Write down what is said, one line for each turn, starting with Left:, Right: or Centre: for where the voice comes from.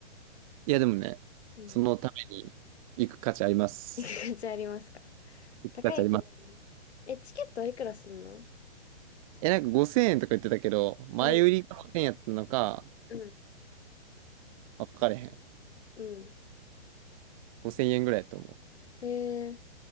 Right: いやでもね、
Left: うん。
Right: そのために行く価値あります。
Left: 行く価値ありますか。高いけどね。
Right: 価値あります。
Left: え、チケットはいくらすんの
Right: え、なんか5000円とか言ってたけど、前売りが5000円やったのか、
Left: うん。うん。
Right: 分かれへん。
Left: うん。
Right: 5000円ぐらいやと思う。
Left: へえ。